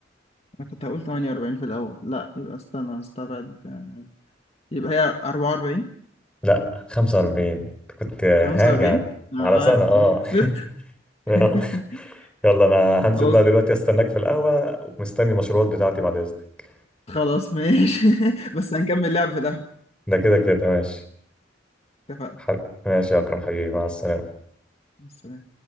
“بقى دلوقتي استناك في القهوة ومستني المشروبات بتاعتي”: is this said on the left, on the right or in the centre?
Centre